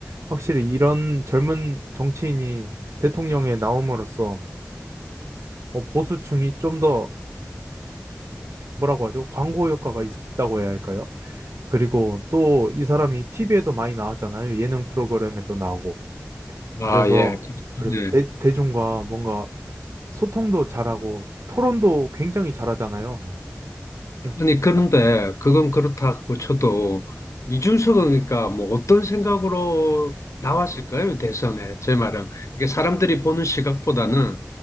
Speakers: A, on the right; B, on the left.
A: 확실히 이런 젊은 정치인이 대통령에 나옴으로써 어, 보수층이 좀 더 뭐라고 하죠? 광고 효과가 있다고 해야 할까요? 그리고 또 이 사람이 TV에도 많이 나왔잖아요. 예능 프로그램에도 나오고.
B: 아,
A: 그래서
B: 예.
A: 그래서
B: 네.
A: 대, 대중과 뭔가 소통도 잘하고 토론도 굉장히 잘하잖아요. 음,
B: 아니, 그런데, 그건 그렇다고 쳐도, 이준석은 그러니까 뭐, 어떤 생각으로 나왔을까요? 대선에. 제 말은. 이게 사람들이 보는 시각보다는,